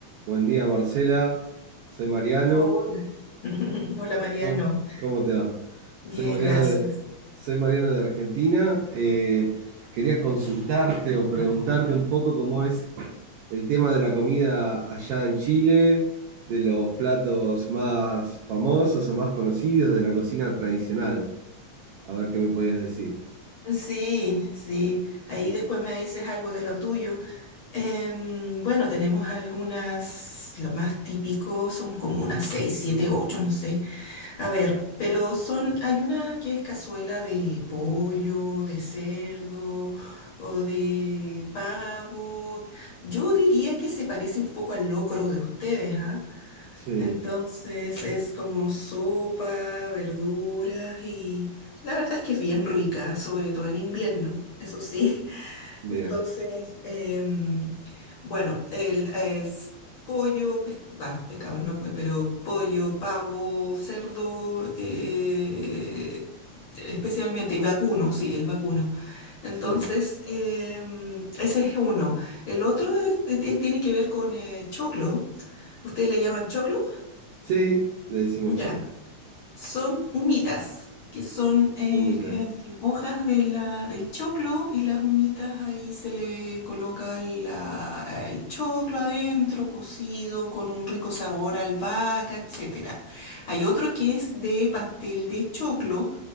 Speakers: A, on the right; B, on the left.
A: Buen día, Marcela. Soy Mariano.
B: Hola, <laughs> hola Mariano.
A: ¿Cómo, cómo te va?
B: Bien,
A: Soy Mariano
B: gracias.
A: de, soy Mariano de Argentina. Eh, quería consultarte o preguntarte un poco cómo es el tema de la comida allá en Chile, de los platos más famosos o más conocidos de la cocina tradicional. A ver qué me podías decir.
B: Sí, sí. Ahí después me dices algo de lo tuyo. Em, bueno, tenemos algunas, lo más típico son como unas seis, siete, ocho, no sé. A ver, pero son, hay una que es cazuela de pollo, de cerdo o de pavo. Yo diría que se parece un poco al locro de ustedes, ¿ah?
A: Sí,
B: Entonces es como sopa, verduras y la verdad es que es bien rica, sobre todo en invierno, eso sí. <laughs>
A: bien,
B: Entonces, em, bueno, el, es pollo, pes- bah, pescado no, pues, pero pollo, pavo, cerdo, eh, especialmente, y vacuno, sí, el vacuno. Entonces,
A: sí.
B: em, ese es uno. El otro es- eh, tiene que ver con eh, choclo. ¿Ustedes le llaman choclo?
A: Sí, le decimos
B: Ya.
A: chocla.
B: Son humitas, que son eh,
A: Vomitas.
B: eh, hojas de la, del choclo y las humitas ahí se le coloca la- el choclo adentro, cocido, con un rico sabor a albahaca, etcétera. Hay otro que es de pastel de choclo,